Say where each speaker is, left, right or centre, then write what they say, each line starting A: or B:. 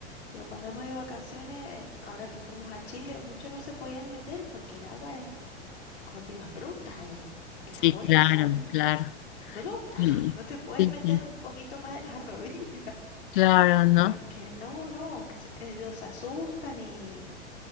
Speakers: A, on the left; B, on the left.
A: pero cuando hemos ido de vacaciones, ahora que fuimos a Chile, muchos no se podían meter porque el agua es, como te digo, es bruta. eh, Las
B: sí,
A: olas
B: claro,
A: son
B: claro.
A: brutas.
B: Sí,
A: <laughs> No te puedes
B: sí,
A: meter
B: sí,
A: un poquito más de las <laughs> rodillas.
B: claro, ¿no?
A: Porque no, no, se- ellos se asustan y,